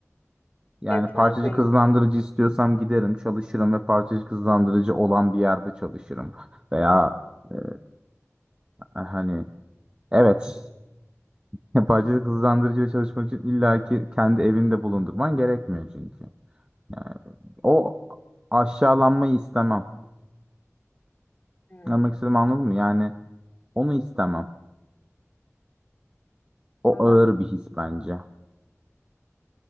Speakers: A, on the right (about 20°); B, on the left (about 35°).
A: Yani
B: Etmez
A: parçacı
B: miydin?
A: kızlandırıcı istiyorsam giderim, çalışırım ve parçacı kızlandırıcı olan bir yerde çalışırım. Veya e, hani evet <laughs> parçacı kızlandırıcıyla çalışmak için illaki kendi evinde bulundurman gerekmiyor çünkü. Yani o aşağılanmayı istemem.
B: Hımm,
A: Anlamak istediğimi anladın mı? Yani onu istemem. O
B: anladım,
A: ağır bir his bence.